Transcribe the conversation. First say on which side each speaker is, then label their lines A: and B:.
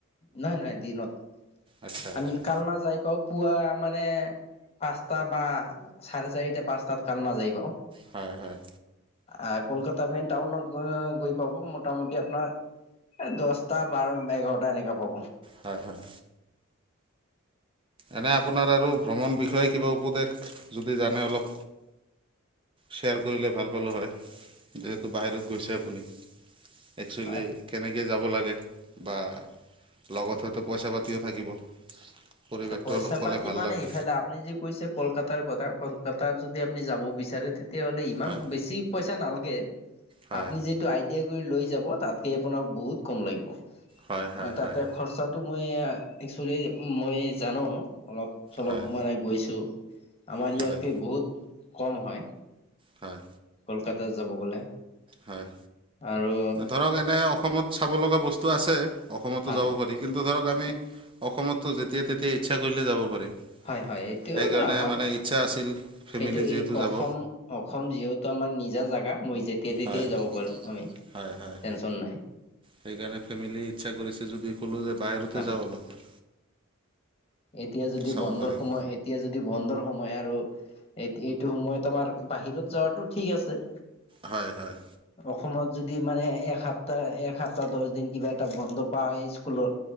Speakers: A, on the left (about 30°); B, on the right (about 25°).
A: নাই নহাই দিনত।
B: আচ্ছা আচ্ছা।
A: আমি কালনা যাই পাও পুৱা মানে পাঁচটা বা চাৰে চাৰিটা পাঁচটাত কাল নাযায় পাওঁ।
B: হয় হয়।
A: আ, কলকাতা মেইন টাউনত গ-গৈ পাব মোটামুটি আপোনাৰ এ, দহটা বা এঘাৰটা এনেকা পাব।
B: হয় হয়। এনে আপোনাৰ আৰু ভ্ৰমণ বিষয়ে কিবা উপদেশ যদি জানে অলপ শ্বেয়াৰ কৰিলে ভাল পালোঁ হয়, যিহেতু বাহিৰত গৈছে আপুনি। একচুৱেলি
A: হয়
B: কেনেকৈ যাব লাগে বা লগত হয়তো পইচা পাতি থাকিব পৰিৱেশটো
A: পইচা
B: অলপ ক'লে
A: পাতি
B: ভাল
A: মানে
B: লাগে।
A: ইফালে আপুনি যিটো কৈছে কলকাতাৰ কথা কলকাতাত যদি আপুনি যাব বিচাৰে তেতিয়াহ'লে ইমান
B: হয়।
A: বেছি পইচা নালাগে।
B: হয়
A: আপুনি যিটো আইডিয়া কৰি লৈ যাব তাতকে আপোনাৰ বহুত কম লাগিব।
B: হয় হয়
A: ম, তাতে
B: হয়
A: খৰচাটো মই একচোলি মই জানো। অলপ চলপ
B: হয়
A: মানে গৈছোঁ। আমাৰ ইয়াতকে
B: হয়
A: বহুত কম হয়।
B: হয়।
A: কলকাতা যাব গ'লে।
B: হয়
A: আৰু
B: ধৰক এনে অসমত চাব লগা বস্তু আছে, অসমতো
A: হয়
B: যাব পাৰি কিন্তু ত' ধৰক আমি অসমততো যেতিয়া তেতিয়াই ইচ্ছা কৰিলে যাব পাৰিম।
A: হয় হয় এতিয়াওতো
B: সেইকাৰণে
A: আমাৰ
B: মানে ইচ্ছা আছিল ফেমিলি
A: এতিয়া
B: যিহেতু
A: এই
B: যাব।
A: অসম অসম যিহেতু আমাৰ নিজা জাগা। মই যেতিয়া তেতিয়াই
B: হয়
A: যাব পাৰোঁ আমি,
B: হয় হয়
A: টেনচন নাই।
B: সেইকাৰণে ফেমিলি ইচ্ছা কৰিছে যদি ক'লো যে বাহিৰতে
A: হয়।
B: যাওঁ অলপ।
A: এতিয়া যদি
B: চাব
A: বন্দৰ
B: পাৰিম।
A: সোমায় এতিয়া যদি বন্দৰ সোমায় আৰু এই এইটো সময়ত আমাৰ বাহিৰত যোৱাটো ঠিক আছে।
B: হয়, হয়,
A: অসমত যদি মানে এ সপ্তাহ এক সপ্তাহ দশ দিন কিবা এটা বন্ধ পাও এই স্কুলত